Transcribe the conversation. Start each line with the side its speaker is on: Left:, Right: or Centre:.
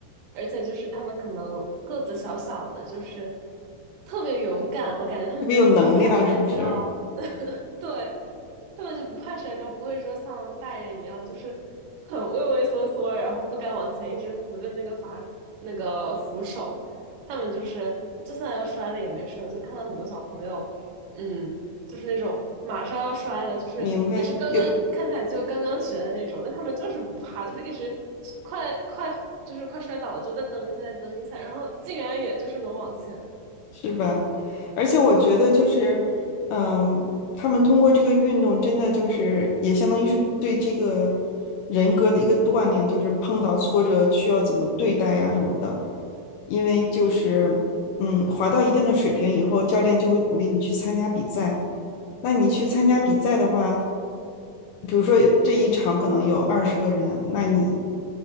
Right: 而且就是他们可能个子小小的，就是特别勇敢，我感觉他们没有那么怕摔跤，
Left: 特别有能量，是不是？
Right: <laughs> 对，他们就不怕摔跤，不会说像大人一样，就是很畏畏缩缩，然后不敢往前，一直扶着那个阀那个扶手，他们就是就算要摔了也没事，就看到很多小朋友，嗯。就是那种马上要摔了，就是也是刚刚看起来就刚刚学的那种，
Left: 明白，有，
Right: 但他们就是不怕，就是一直快快就是快摔倒了，就再蹬一下，再蹬一下，然后竟然也就是能往前。
Left: 是吧？而且我觉得就是，嗯，他们通过这个运动，真的就是也相当于是对这个人格的一个锻炼，就是碰到挫折需要怎么对待呀什么的。因为就是，嗯，滑到一定的水平以后，教练就会鼓励你去参加比赛。那你去参加比赛的话，
Right: 哦，
Left: 比如说这一场可能有二十个人，那你